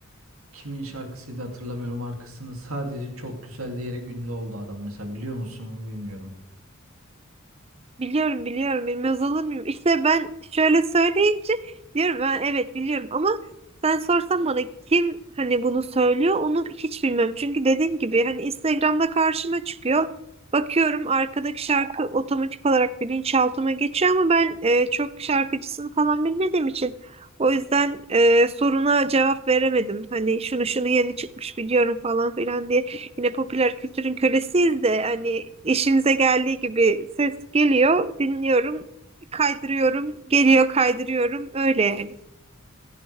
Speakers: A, on the right (about 80°); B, on the right (about 30°).
A: kimin şarkısıydı hatırlamıyorum. Arkasını sadece çok güzel diyerek ünlü oldu adam mesela biliyor musun bilmiyorum.
B: Biliyorum biliyorum bilmez olur muyum? İşte ben şöyle söyleyince diyorum ben evet biliyorum ama sen sorsan bana kim hani bunu söylüyor onu hiç bilmem. Çünkü dediğim gibi hani Instagram'da karşıma çıkıyor. Bakıyorum arkadaki şarkı otomatik olarak bilinçaltıma geçiyor ama ben e, çok şarkıcısını falan bilmediğim için o yüzden e, soruna cevap veremedim. Hani şunu şunu yeni çıkmış biliyorum falan filan diye. Yine popüler kültürün kölesiyiz de hani işimize geldiği gibi ses geliyor, dinliyorum, kaydırıyorum, geliyor, kaydırıyorum öyle yani.